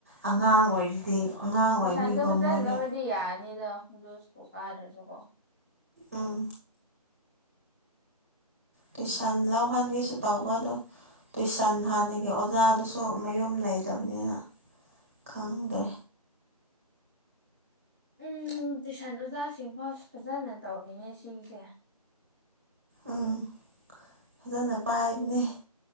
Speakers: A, on the right (about 20°); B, in the centre.
A: ꯑꯉꯥꯡ
B: ꯎꯝ
A: ꯑꯣꯏꯔꯤꯗꯤ ꯑꯉꯥꯡ ꯑꯣꯏꯕꯒꯤꯀꯣ
B: ꯇꯨꯏꯁꯟꯗꯣ ꯐꯖꯅ
A: ꯃꯣꯏꯗꯤ
B: ꯂꯧꯔꯗꯤ ꯌꯥꯔꯅꯤꯗ ꯑꯗꯨ ꯁ꯭ꯀꯨꯜ ꯀꯥꯗ꯭ꯔꯁꯨꯀꯣ
A: ꯎꯝ ꯇꯨꯏꯁꯟ ꯂꯧꯍꯟꯒꯦꯁꯨ ꯇꯧꯕ ꯑꯗꯣ ꯇꯨꯏꯁꯟ ꯍꯥꯟꯅꯒꯤ ꯑꯣꯖꯥꯗꯨꯁꯨ ꯃꯌꯨꯝ ꯂꯩꯇꯕꯅꯤꯅ ꯈꯪꯗꯦ
B: ꯎꯝ ꯇꯨꯏꯁꯟ ꯑꯣꯖꯥꯁꯤꯡ ꯐꯥꯎ ꯐꯖꯅ ꯇꯧꯅꯤꯡꯉꯦ ꯁꯤꯁꯦ
A: ꯎꯝ ꯐꯖꯅ ꯄꯥꯏꯕꯅꯦ